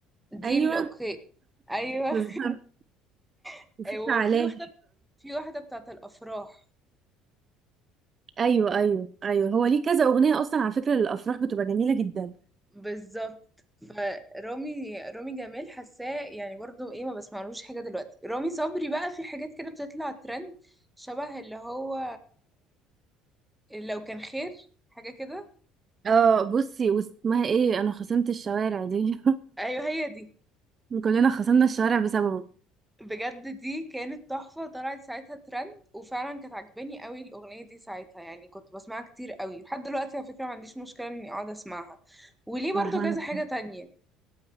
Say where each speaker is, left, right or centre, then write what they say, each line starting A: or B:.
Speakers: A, in the centre; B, on the right.
A: دي
B: ايوه
A: اللي اوكي ايوه
B: بالظبط
A: <laughs>
B: وفي
A: وفي
B: تعالى
A: واحدة في واحدة بتاعت الافراح
B: ايوه ايوه ايوه هو ليه كذا اغنية اصلا على فكرة للافراح بتبقى جميلة جدا
A: بالظبط فرامي رامي جمال حاساه يعني برضو ايه ما بسمعلوش حاجة دلوقتي رامي صبري بقى في حاجات كده بتطلع ترند شبه اللي هو لو كان خير حاجة كده
B: اه بصي واسمها ايه انا خصمت الشوارع دي
A: ايوه هي دي
B: <laughs> كلنا خصمنا الشوارع بسببه
A: بجد دي كانت تحفة طلعت ساعتها ترند وفعلا كانت عجباني قوي الأغنية دي ساعتها يعني كنت بسمعها كتير قوي لحد دلوقتي على فكرة ما عنديش مشكلة اني اقعد اسمعها وليه برضو
B: <laughs>
A: كذا حاجة تانية